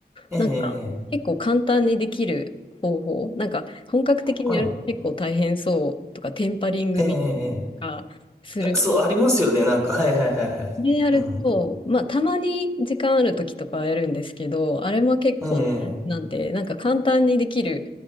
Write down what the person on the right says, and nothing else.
あ、ええ、
はい。
ええ、
そう、ありますよね。なんか、はいはいはいはい。
うん。
ええ、